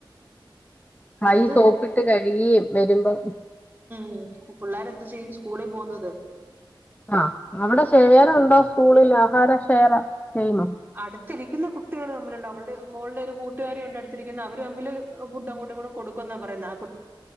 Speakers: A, on the left (about 20°); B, on the right (about 20°).
A: കൈ
B: ഇത്
A: സോപ്പിട്ട് കഴുകിയും വെരുമ്പം
B: മ് പിള്ളേരെന്ത് ചെയ്യും സ്കൂളി പോകുന്നത്
A: ആ അവിടെ ശെയറുണ്ടോ സ്കൂളില് ആഹാരം ശെയെറ ചെയ്യുമോ?
B: അടുത്തിരിക്കുന്ന കുട്ടികൾ തമ്മിലുണ്ട് അവളുടെ മോളുടെ ഒരു കൂട്ടുകാരിയ്ണ്ട് അടുത്തിരിക്കുന്ന അവര് തമ്മില് ഫുഡ് അങ്ങോട്ടിങ്ങോട്ടും കൊടുക്കുന്നാ പറയുന്നേ ആ കുട്ടി